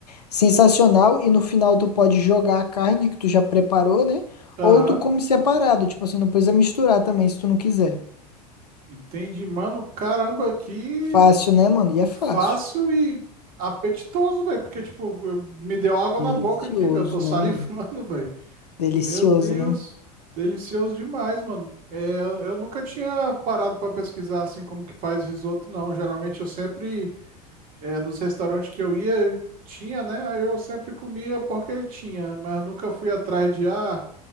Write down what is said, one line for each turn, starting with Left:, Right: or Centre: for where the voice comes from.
Left: Sensacional, e no final tu pode jogar a carne que tu já preparou, né?
Right: aham.
Left: Ou tu come separado, tipo assim, não precisa misturar também se tu não quiser.
Right: Entendi, mano. Caramba, que
Left: Fácil, né, mano? E é
Right: fácil
Left: fácil.
Right: e apetitoso, velho. Porque, tipo, eu- me deu água
Left: Delicioso,
Right: na boca aqui, velho. Eu tô salivando,
Left: né, mano?
Right: <laughs> velho.
Left: Delicioso,
Right: Meu Deus,
Left: né?
Right: delicioso demais, mano. É, eu, eu nunca tinha parado para pesquisar assim como que faz risoto, não. Geralmente eu sempre, é, nos restaurantes que eu ia, tinha, né? Aí eu sempre comia porque tinha, mas nunca fui atrás de, ah,